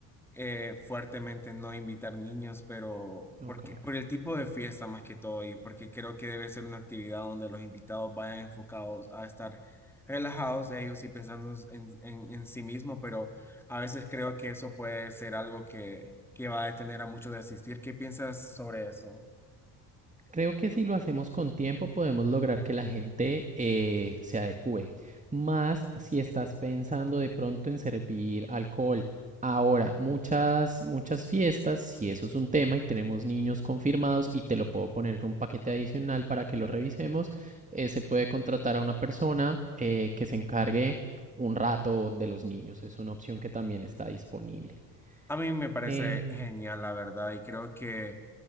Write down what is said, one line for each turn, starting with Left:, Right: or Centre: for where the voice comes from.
Centre: eh, fuertemente no invitar niños, pero
Right: Ok.
Centre: porque, por el tipo de fiesta más que todo y porque creo que debe ser una actividad donde los invitados vayan enfocados a estar relajados ellos y pensando en, en- en sí mismo, pero a veces creo que eso puede ser algo que, que va a detener a muchos de asistir. ¿Qué piensas sobre eso?
Right: Creo que si lo hacemos con tiempo podemos lograr que la gente eh, se adecue. Más si estás pensando de pronto en servir alcohol. Ahora, muchas, muchas fiestas, si eso es un tema y tenemos niños confirmados y te lo puedo poner en un paquete adicional para que lo revisemos, eh, se puede contratar a una persona eh, que se encargue un rato de los niños. Es una opción que también está disponible.
Centre: A mí me parece
Right: Em,
Centre: genial, la verdad, y creo que